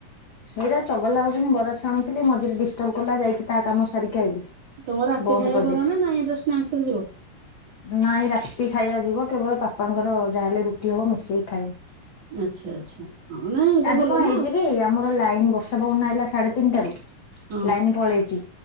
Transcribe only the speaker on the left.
ହେଇରା ଚଗଲା ହଉଛନ୍ତି ବରା ଛାଣୁଥିଲି ମଝିରେ ଡିଷ୍ଟର୍ବ କଲା ଯାଇକି ତା କାମ ସାରିକି ଆଇଲି।
ବନ୍ଦ
କରିଦେଇଥିଲି।
ନାଇଁ ରାତି ଖାଇବା ଯିବ। କେବଳ ବାପାଙ୍କର ଯାହାଲେ ରୁଟି ହବ ମିଶେଇ ଖାଇ
ଆଜି
କଣ
ହେଇଛି
କି ଆମର ଲାଇନ ବର୍ଷା ପବନ ଆଇଲା ସାଢେ ତିନିଟାରୁ
ଲାଇନ ପଳେଇଛି।